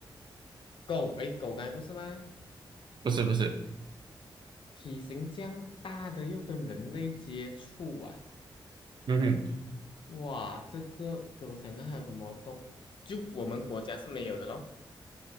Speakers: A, on the left (about 65°); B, on the right (about 55°).
A: 狗，诶，狗该不是吗？
B: 不是不是，
A: 体型这样大的又跟人类接触啊，
B: 嗯哼，
A: 哇，这个给我想看还有什么动，就我们国家是没有的咯。